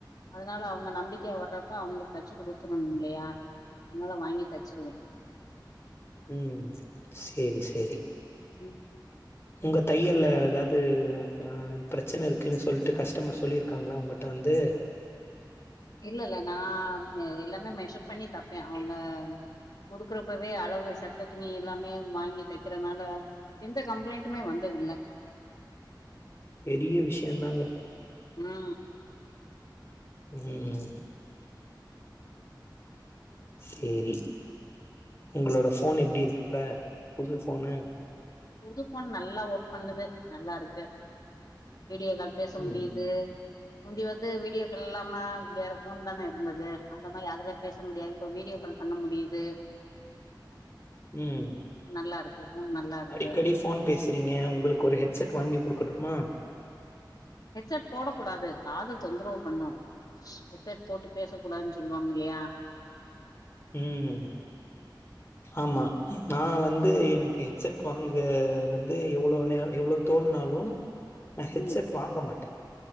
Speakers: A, on the left; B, on the left.
A: அதுனால அவுங்க நம்பிக்யா வர்றப்ப அவுங்களுக் தச்சு குடுத்துணுமில்லயா உன்னலா வாங்கி தச்சிருவேன்
B: உம் சேரி சேரி
A: ம்
B: உங்க தையல்ல ஏதாவது அ பிரச்சனை இருக்குன்னு சொல்லிட்டு கஸ்டமர் சொல்ருக்காங்களா உங்கட்ட வந்து
A: இல்ல இல்ல நான் எல்லாமே மெஷர் பண்ணி தப்பேன் அவுங்க குடுக்குறப்பவே அளவு சட்ட துணி எல்லாமே வாங்கி தைக்கறதுனால எந்த கம்ப்ளைண்டட்டுமே வந்ததில்ல
B: பெரிய விஷயம்தாங்க
A: ம்
B: உம் சேரி உங்களோட போன் எப்டி இருக்கு இப்ப புது போனு
A: புதுப்போன் நல்லா ஒர்க் பண்ணுது நல்லாருக்கு வீடியோக்கால் பேச முடியுது
B: ம்
A: முந்தி வந்து வீடியோ கால் இல்லாம வேற போன் தானே இருந்தது அந்த மாரி அதுதான் பேச முடியாது இப்ப வீடியோ கால் பண்ண முடியுது
B: ம்
A: நல்லா இருக்கு போன் நல்லா இருக்கு
B: அடிக்கடி ஃபோன் பேசுறீங்க உங்களுக்கு ஒரு ஹெட்செட் வாங்கி குடுக்கட்டுமா
A: ஹெட்செட் போடக் கூடாது காது தொந்தரவு பண்ணும் ஹெட்செட் போட்டு பேச கூடாதுனு சொல்லுவாங்க இல்லையா
B: உம் ஆமா நான் வந்து எனக்கு ஹெட்செட் வாங்க வந்து எவ்ளோ நேர எவ்ளோ தோண்னாலும் நான் ஹெட்சட்
A: ம்
B: வாங்க மாட்டேன்